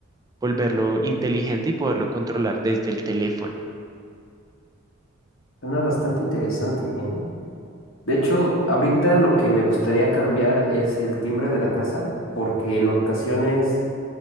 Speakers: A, on the right; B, on the left.
A: volverlo inteligente y poderlo controlar desde el teléfono.
B: Suena bastante interesante, ¿eh? De hecho, ahorita lo que me gustaría cambiar es el timbre de la casa, porque en ocasiones,